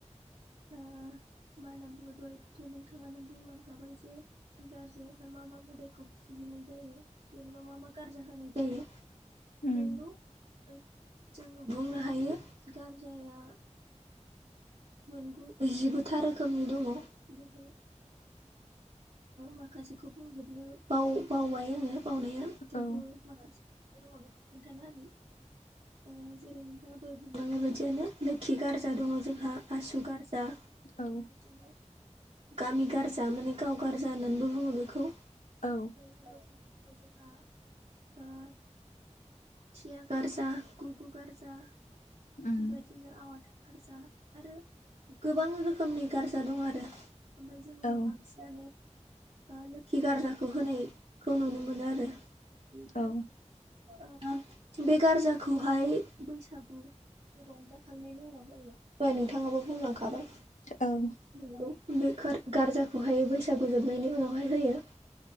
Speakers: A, on the left; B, on the right.
A: <unintelligible>
B: ओ मा होनना बुङो द' एथ' नोंथांङानो बुंलांखाबाय जे गाज्रियावहाय मा मा मोदायखौ फुजिनाय जायो जेनेबा मा मा गार्रिा होनाय जायो
A: उम
B: नोंगौ <unintelligible> जोङो बुंनो हायो गारजाया मोन जिगुथा रोखोमनि दङ। <unintelligible> माखासेखौ बुंजोबनो बाव बावबाय आङो बावनाया थेवबो
A: औ
B: माखासे दङ बेखौ खोन्थानो हायो जेरै नों थाङा द'हाय बुंलांनाय बायदियानो लोखि गारजा दङ जोंहा आसु गारजा
A: औ
B: बेबायदिनो गामि गारजा माने गाव गारजा होननानैबो बुङो बेखौ
A: औ
B: <unintelligible> थिया गारजा गुगु गारजा बेबायदि
A: उम
B: बिदिनो <unintelligible> गारजा आरो गोबां रोखोमनि गारजा दं आरो ओमफ्राय जोङो
A: औ
B: बांसिनानो लोखि गारजाखौ होनायखौ नुनो मोनो आरो ओमफ्राय
A: औ
B: बे गारजाखौहाय बैसागु रंजाखांनायनि उनाव जायो दहाय नोंथाङाबो बुंलांखाबाय
A: औ
B: नोंगौ बे गारजाखौहाय बैसागु जोबनायनि उनावहाय होयो